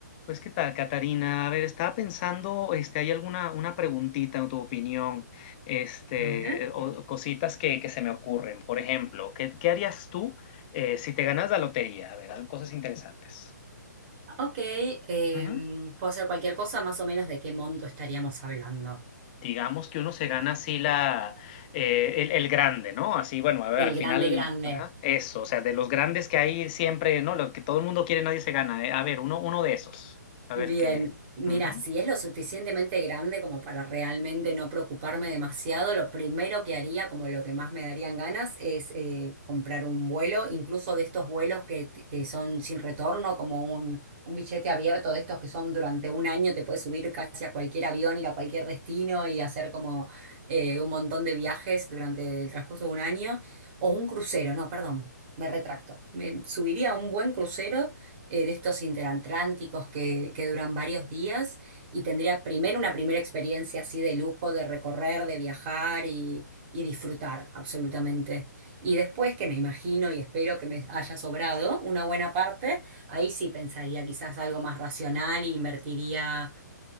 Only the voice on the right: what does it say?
A ver.
Ok, em,
puedo hacer cualquier cosa, más o menos de qué monto estaríamos hablando.
El
grande,
grande.
Bien,
mira,
si es lo suficientemente grande como para realmente no preocuparme demasiado, lo primero que haría, como lo que más me darían ganas, es eh, comprar un vuelo, incluso de estos vuelos que t- eh, son sin retorno, como un, un billete abierto de estos que son durante un año, te puedes subir casi a cualquier avión, ir a cualquier destino y hacer como eh, un montón de viajes durante el transcurso de un año, o un crucero, no, perdón. Me retracto. Me subiría a un buen crucero eh, de estos interatlánticos que, que duran varios días y tendría primero una primera experiencia así de lujo, de recorrer, de viajar y, y disfrutar absolutamente. Y después, que me imagino y espero que me haya sobrado una buena parte, ahí sí pensaría quizás algo más racional e invertiría